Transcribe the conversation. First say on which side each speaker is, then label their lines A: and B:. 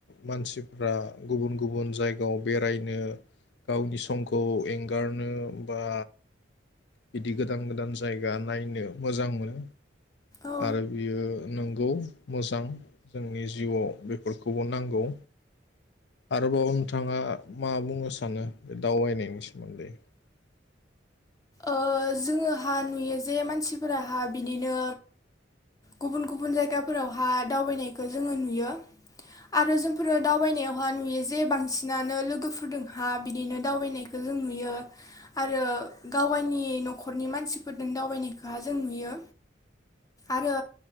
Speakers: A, on the left; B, on the left.
A: मानसिफ्रा गुबुन गुबुन जायगायाव बेरायनो गावनि सं। खौ एंगारनो बा। बिदि गोदान गोदान। जायगा नायनो मोजां मोनो
B: औ
A: आरो बियो नंगौ। मस दां जोंनि जिउआव बे फोरखौबो नांगौ आरोबाव नोथाङा मा बुंनो सानो बे दावबायनायनि सोमोन्दै?
B: ओ जोङोहा नुयो जे मानसिफोराहा बिनिनो गुबुन गुबुन जायगाफोरावहा दावबायनायखौ जोङो नुयो आरो जोंफोरो दावबायनायावहा नुयो जे बांसिनानो लोगोफोरजोंहा बिदिनो दावबायनायखौ जों नुयो आरो गाव गायनि नखरनि मानसिफोरजों दावबायनायखौहा जों नुयो आरो